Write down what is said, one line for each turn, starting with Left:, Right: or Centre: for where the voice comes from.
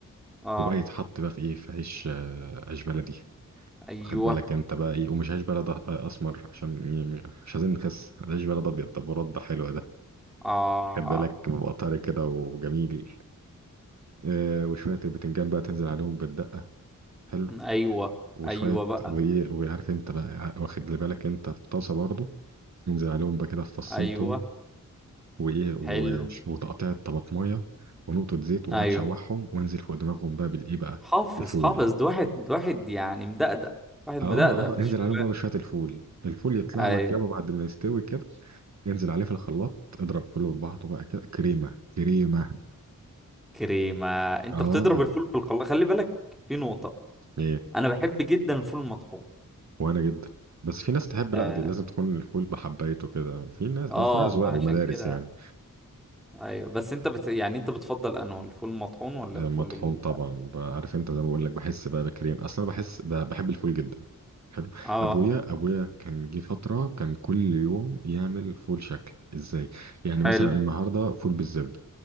Centre: اه
Right: وبقى يتحط بقى في ايه في عيش آه، عيش بلدي
Centre: ايوه
Right: واخد بالك انت بقى ايه ومش عيش بلد أه- اسمر عشان إيه، مش عايزين نخس عيش بلد ابيض ده برد ده حلو ده
Centre: اه
Right: خد بالك بيبقى طري كده وجميل آه وشويه البتنجان بقى تنزل عليهم بالدقه حلو
Centre: ايوه
Right: وشويه
Centre: ايوه بقى
Right: وايه وعارف انت بقى ع- واخد لي بالك انت في طاسه برضو ينزل عليهم بقى كده في فصين
Centre: ايوه
Right: توم وايه وش-
Centre: حلو
Right: وتقطيع طماطميه ونقطه زيت وهتشوحهم
Centre: ايوه
Right: وانزل فوق دماغهم بقى بالايه بقى
Centre: حافظ
Right: الفول
Centre: حافظ ده واحد ده واحد يعني مدقدق واحد
Right: اه
Centre: مدقدق في
Right: اه انزل
Centre: الشغلانة
Right: عليهم بقى بشوية الفول الفول يطلع
Centre: ايوه
Right: لك يابا بعد ما يستوي كده انزل عليه في الخلاط اضرب كله في بعضه بقى كده كريمة كريمة
Centre: كريمة انت
Right: اه
Centre: بتضرب الفول في الخلاط خلي بالك في نقطة
Right: ايه
Centre: انا بحب جدا الفول المطحون
Right: وانا جدا بس في ناس تحب
Centre: اه
Right: لا دي لازم تكون الفول بحبايته كده في ناس
Centre: اه
Right: اصلا اذواق
Centre: ما عشان
Right: ومدارس
Centre: كده
Right: يعني
Centre: ايوه بس انت بت... يعني انت بتفضل انه الفول المطحون ولا
Right: آه،
Centre: الفول
Right: مطحون طبعا بقى عارف انت زي ما بقول لك بحس بقى بكريم اصلا بحس ب- بحب الفول جدا حلو
Centre: اه
Right: ابويا ابويا كان جه فترة كان كل يوم يعمل فول شكل ازاي يعني
Centre: حلو
Right: مثلا النهارده فول بالزبدة